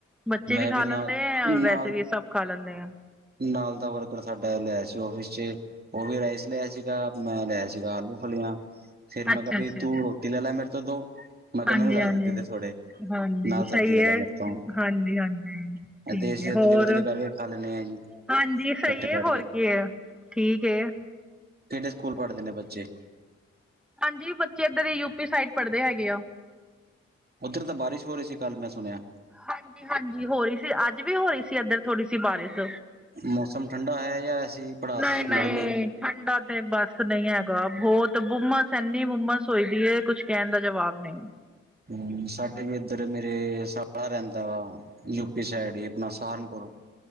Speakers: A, in the centre; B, on the right.
A: ਬੱਚੇ
B: ਮੈਂ
A: ਵੀ ਖਾ
B: ਨਾਲ
A: ਲੈਂਦੇ ਹੈ। ਔਰ
B: ਨਾਲ
A: ਵੈਸੇ ਵੀ ਸਭ ਖਾ ਲੈਦੇ ਆਂ।
B: ਨਾਲ ਦਾ ਵਰਕਰ ਸਾਡਾ ਲਿਆਇਆ ਸੀ ਆਫਿਸ ਚ' ਉਹ ਵੀ ਰਾਈਸ ਲਿਆਇਆ ਸੀਗਾ ਮੈਂ ਲਿਆ ਸੀਗਾ ਆਲੂ -ਫਲੀਆਂ ਫੇਰ
A: ਅੱਛਾ
B: ਮੈ ਕਿਆ ਬਈ
A: ਅੱਛਾ
B: ਤੂੰ
A: ਜੀ
B: ਰੋਟੀ ਲੈ ਲੈ ਮੇਰੇ ਤੋ ਦੋ ਮੈਂ ਕਿਹਾ,
A: ਹਾਂਜੀ
B: ਮੈਨੂੰ ਰਾਈਸ
A: ਹਾਂਜੀ
B: ਦੇ ਦੇ ਥੋੜੇ
A: ਹਾਂਜੀ
B: ਨਾਲ
A: ਸਹੀ
B: ਸਬਜ਼ੀ ਲੈ
A: ਹੈ
B: ਲੈ ਮੇਰੇ ਤੋਂ
A: ਹਾਂਜੀ ਹਾਂਜੀ ਠੀਕ
B: ਦੇਸੀ
A: ਹੈ
B: ਅਦਲੀ
A: ਹੋਰ
B: ਬਦਲੀ ਕਰਕੇ ਖਾ ਲੈਂਦੇ ਆਂ ਜੀ
A: ਹਾਂਜੀ,
B: ਇਕੱਠੇ
A: ਸਹੀ
B: ਬੈਠ
A: ਏ ਹੋਰ
B: ਕੇ
A: ਕੀ ਹੈ ਠੀਕ ਏ
B: ਕਿਹੜੇ ਸਕੂਲ ਪੜ੍ਹਦੇ ਨੇ ਬੱਚੇ
A: ਹਾਂਜੀ, ਬੱਚੇ ਇੱਧਰ ਹੀ ਯੂਪੀ ਸਾਈਡ ਪੜ੍ਹਦੇ ਹੈਗੇ ਆ
B: ਉੱਧਰ ਤਾਂ ਬਾਰਿਸ਼ ਹੋ ਰਹੀ ਸੀ ਕੱਲ੍ਹ ਮੈਂ ਸੁਣਿਆ
A: ਹਾਂਜੀ, ਹਾਂਜੀ ਹੋ ਰਹੀ ਸੀ ਅੱਜ ਵੀ ਹੋ ਰਹੀ ਸੀ ਇੱਧਰ ਥੋੜੀ ਸੀ ਬਾਰਿਸ਼
B: ਮੌਸਮ ਠੰਡਾ ਹੈ ਜਾਂ ਐਸੀ ਪੜਾਸ
A: ਨਹੀਂ, ਨਹੀਂ
B: ਗਰਮੀ
A: ਠੰਡਾ ਤੇ ਬਸ ਨਹੀਂ ਹੈਗਾ ਬਹੁਤ ਹੁੰਮਸ ਇਨੀ ਹੁੰਮਸ ਹੋਈ ਦੀ ਕੁਝ ਕਹਿਣ ਦਾ ਜਵਾਬ ਨਹੀਂ
B: ਹਮ ਸਾਡੇ ਵੀ ਇੱਧਰ ਮੇਰੇ ਸਾਲਾ ਰਹਿੰਦਾ ਵਾ ਯੂ ਪੀ ਸਾਈਡ ਹੀ ਆਪਣਾ ਸਹਾਰਨਪੁਰ